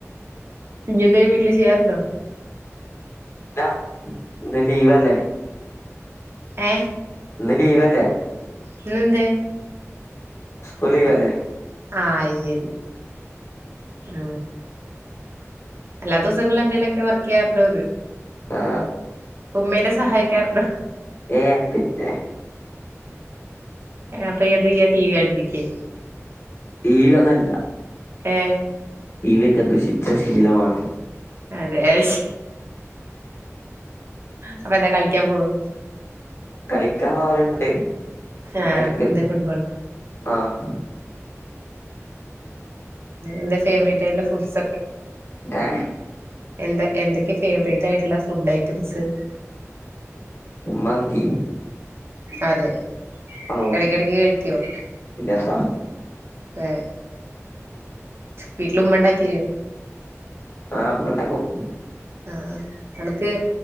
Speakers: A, on the right; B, on the left.
A: പിന്നെന്തേഊര് ട്ടില് ചെയ്യാറുണ്ടോ
B: ന്നാ എന്തേ ബീവല്ലേ
A: ഏ
B: ഇന്ന് ലീവല്ലേ
A: ഇന്ന് എന്തേ
B: സ്ക്കൂൾ ലീവല്ലെ
A: ആ അയിശരി ആ എല്ലാ ദിവസങ്ങളും എന്തേങ്കി ലൊക്കെ വർക്ക് ചെയ്യാറുണ്ടോന്ന്
B: ആ
A: ഉമ്മേനെ സഹായിക്കാറുണ്ടോ
B: ഏയ് അത് പിന്നെ
A: അപ്പൊ എന്തെയ്യാ ടി വികണ്ടിരിക്കേ
B: ടീവി ഒന്നും അല്ല
A: ഏ
B: ടി വി യൊക്കെ ദുഷിച്ച ശീലമാണ്
A: അതെ ഏശ് അപ്പൊ എന്താ കളിക്കാൻ പോവോ
B: കളിക്കാൻ പോവലുണ്ട്
A: ആ
B: എടക്ക്
A: എന്താ ഫുട്ബോളോ
B: ആഹ്
A: എന്തേ ഫേവറേറ്റായിട്ടുള്ള ഫുഡ്സ്
B: എ
A: എന്താ എന്തൊക്കെ ഫേവറേറ്റ് ആയിട്ടുള്ള ഫുഡ് ഐറ്റംസ്
B: മന്തി
A: അതെ
B: ഔ
A: എടക്കിടക്ക് കഴിക്കുവോ
B: പിന്നെത്താ
A: ഏ വീട്ടില് ഉമ്മണ്ടാക്കിരോ
B: ആഹ് ഉമ്മണ്ടാക്കും
A: ആ നെണക്ക്